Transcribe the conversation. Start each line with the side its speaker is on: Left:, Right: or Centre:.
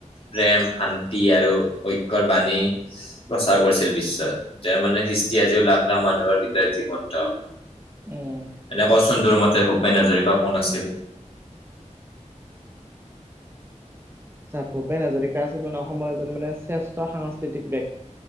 Left: প্ৰেম শান্তি আৰু ঐক্যয়ৰ বাণী প্ৰচাৰ কৰিছিল বিশ্বত। তেওঁৰ মানে, সৃষ্টি আজিও লাখ লাখ মানুহৰ হৃদয়ত জীৱনন্ত
Right: উম
Left: এনেক কচোনটোৰ মতে ভূপেন হাজৰিকা কোন আছিল।
Right: আ ভূপেন হাজৰিকা আছিল। মানে অসমৰ এজন মানে শ্ৰেষ্ঠ সাংস্কৃতিক ব্যক্তি।